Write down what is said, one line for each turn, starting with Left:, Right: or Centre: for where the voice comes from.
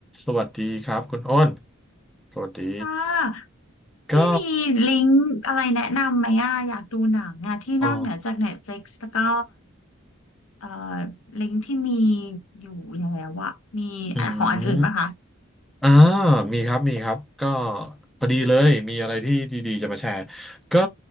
Centre: สวัสดีครับคุณอ้นสวัสดี
Left: ค่ะ
Centre: ก็
Left: พี่มีลิงก์อะไรแนะนำไหมอ่ะอยากดูหนังอ่ะที่นอกเหนือจาก
Centre: อ๋อ
Left: Netflix แล้วก็เอ่อลิงก์ที่มีอยู่แล้วอ่ะมี
Centre: อืม
Left: ของอันอื่นปะคะ
Centre: อ่ามีครับมีครับก็พอดีเลยมีอะไรที่ดีๆจะมาแชร์ก็